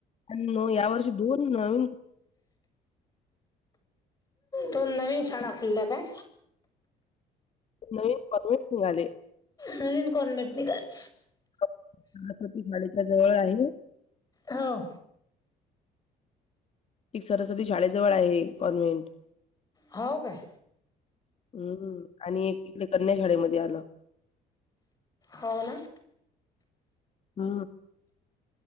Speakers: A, on the left; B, on the left.
A: अनो या वर्षी दोन नवीन.
B: दोन नवीन शाळा खुल्ल्या काय?
A: नवीन पर्मिट निघाले.
B: नवीन कॉर्नेट निघाले.
A: <unintelligible> सरस्वती शाडेच्या जवळ आहे.
B: होऔ.
A: एक सरस्वती शाळेजवळ आहे कॉन्व्हेंट.
B: हौ काय?
A: अं हं आणि एक इकडं कन्या शाडेमध्ये आलं.
B: हो ना?
A: हं.